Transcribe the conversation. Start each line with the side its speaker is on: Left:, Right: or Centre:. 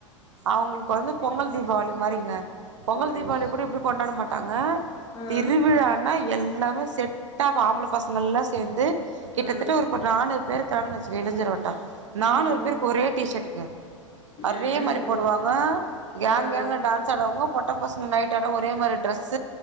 Right: அவங்களுக்கு வந்து பொங்கல் தீபாவளி மாரிங்க பொங்கல்
Left: ரோஸ்
Right: தீபாவளி கூட இப்டி கொண்டாட மாட்டாங்க
Left: ஆ
Right: திருவிழா னா எல்லாமே செட்டா ப ஆம்பள பசங்க எல்லா சேந்து கிட்டத்தட்ட
Left: ஆ
Right: ஒரு நானூறு பேரு க்குறாங்கனு வச்சுக்கோயே இளைஞர் வட்டோ
Left: ம்
Right: நானூறு பேருக்கு ஒரே டிஷர்ட்டுங்க ஒரே
Left: என்னங்க
Right: மாரி
Left: இது
Right: போடுவாங்க கேங்
Left: ஆ
Right: கேங்கா டான் ஸாடுவாங்க பொட்ட பசங்க நைட்டான ஒர மாரி ட்ரெஸ்